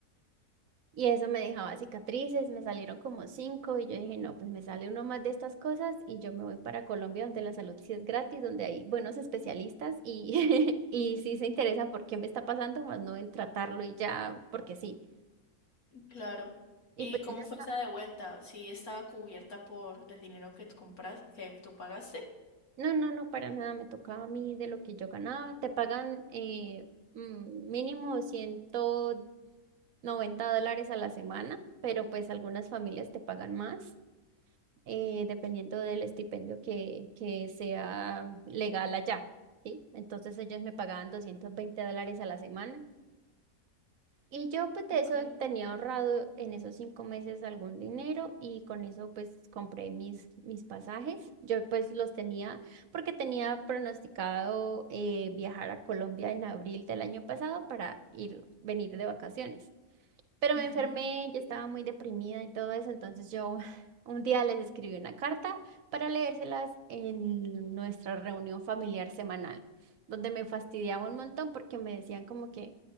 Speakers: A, on the right; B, on the left.
A: Y eso me dejaba cicatrices, me salieron como cinco y yo dije, no, pues me sale uno más de estas cosas y yo me voy para Colombia donde la salud sí es gratis, donde hay buenos especialistas y, <laughs> y sí se interesan por qué me está pasando, más no en tratarlo y ya, porque sí.
B: Claro.
A: Y
B: ¿Y
A: pues
B: cómo
A: yo ya,
B: fue esa de vuelta? ¿Sí estaba cubierta por el dinero que tú compras, que tú pagaste?
A: no, no, no, para nada, me tocaba a mí de lo que yo ganaba. Te pagan eh, mm, mínimo ciento 90 dólares a la semana, pero pues algunas familias te pagan más, eh, dependiendo del estipendio que, que sea legal allá, ¿sí? Entonces ellos me pagaban 220 dólares a la semana. Y yo pues de
B: Ok.
A: eso tenía ahorrado en esos cinco meses algún dinero y con eso pues compré mis, mis pasajes. Yo pues los tenía porque tenía pronosticado eh, viajar a Colombia en abril del año pasado para ir, venir de vacaciones. Pero
B: Ujú.
A: me enfermé, yo estaba muy deprimida y todo eso, entonces yo <laughs> un día les escribí una carta para leérselas en nuestra reunión familiar semanal, donde me fastidiaba un montón porque me decían como que